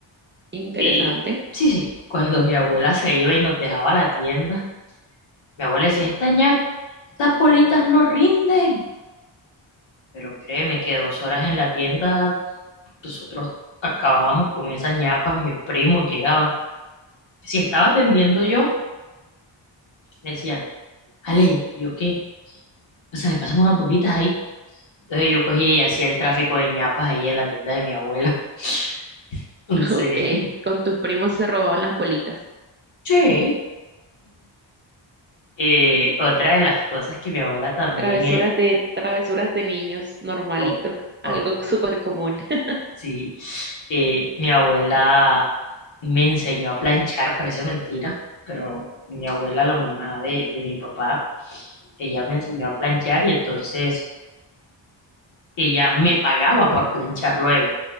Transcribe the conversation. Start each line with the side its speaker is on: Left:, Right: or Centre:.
Right: interesante.
Left: Y sí, sí, cuando mi abuela se iba y nos dejaba la tienda, mi abuela decía, esta ñapa, estas bolitas no rinden. Pero créeme que dos horas en la tienda, nosotros acabábamos con esas ñapas, mis primos llegaban. Si estaba atendiendo yo, me decían, Ale, ¿y yo qué? O sea, me pasan unas bolitas ahí. Entonces yo cogí y hacía el tráfico de ñapas ahí en la tienda de mi abuela. <laughs> Entonces,
Right: <laughs> Ok, con tus primos se robaban las bolitas.
Left: sí. Eh, otra de las cosas que mi abuela también
Right: Travesuras
Left: era,
Right: de, travesuras de niños, normalito,
Left: obvio,
Right: <laughs> algo
Left: obvio,
Right: súper común. <laughs>
Left: sí, eh, mi abuela me enseñó a planchar, parece mentira, pero mi abuela, la mamá de, de mi papá, ella me enseñó a planchar y entonces ella me pagaba por planchar luego.